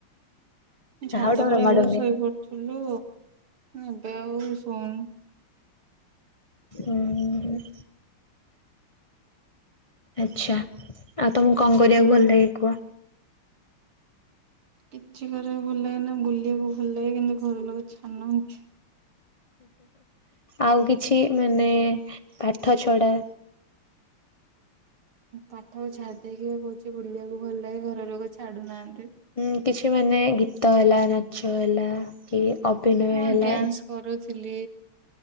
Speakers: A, on the right; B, on the left.
A: ଛାତ
B: ଆଉ ଡର
A: ଉପରେ ଆଗୁରୁ
B: ମାଡୁନି।
A: ଶୋଇପଡୁଥିଲୁ ଏବେ ଆଉ ଶୋଉନୁ।
B: ହୁଁ ହୁଁ। ଆଚ୍ଛା ଆଉ ତମୁକୁ କଣ କରିଆକୁ ଭଲ ଲାଗେ କୁହ।
A: କିଛି କରିଆକୁ ଭଲ ଲାଗେନା ବୁଲିଆକୁ ଭଲ ଲାଗେ କିନ୍ତୁ ଘର ଲୋକ ଛାଡୁ ନାହାଁନ୍ତି।
B: ଆଉ କିଛି ମାନେ ପାଠ ଛଢା।
A: ପାଠ କୁ ଛାଡ଼ି ଦେଇକି କହୁଛି ବୁଲିବାକୁ ଭଲ ଲାଗେ ଘର ଲୋକ ଛାଡୁନାହାନ୍ତି।
B: ହୁଁ କିଛି ମାନେ ଗୀତ ହେଲା ନାଚ ହେଲା କି ଅଭିନୟ
A: ମୁଁ
B: ହେଲା
A: ଡ୍ୟାନ୍ସ
B: ହୁଁ
A: କରୁଥିଲି,